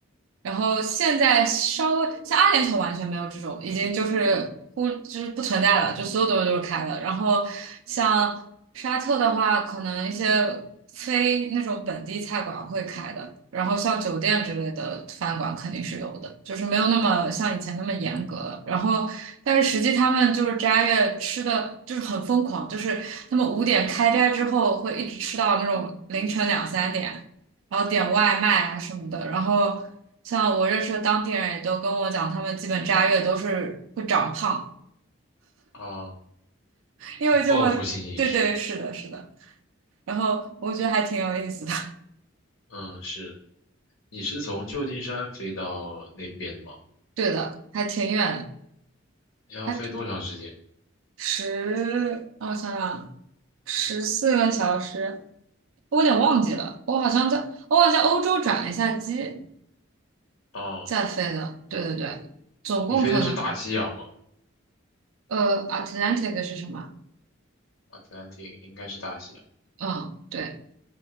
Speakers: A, on the right; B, on the left.
A: 然后现在稍微像阿联酋完全没有这种，已经就是忽就是不存在了，就所有东西都是开的。然后像沙特的话，可能一些非那种本地菜馆会开的，然后像酒店之类的饭馆肯定是有的，就是没有那么像以前那么严格了。然后但是实际他们就是斋月吃的就是很疯狂，就是他们五点开斋之后会一直吃到那种凌晨两三点。然后点外卖啊什么的。然后像我认识的当地人也都跟我讲，他们基本斋月都是会长胖，
B: 啊，
A: 因为就会，
B: 报复性饮食。
A: 对对，是的，是的。然后我觉得还挺有意思的，
B: 嗯，是。你是从旧金山飞到那边的吗？
A: <laughs> 对的，还挺远的，
B: 要飞多长时间？
A: 还十，让我想想啊，十四个小时，我有点忘记了，我好像在，我好像欧洲转了一下机
B: 啊，
A: 再飞的，对对对，总共可能，
B: 你飞的是大西洋吗
A: 呃，Atlantic 是什么？
B: ？Atlantic 应该是大西洋。
A: 嗯。对。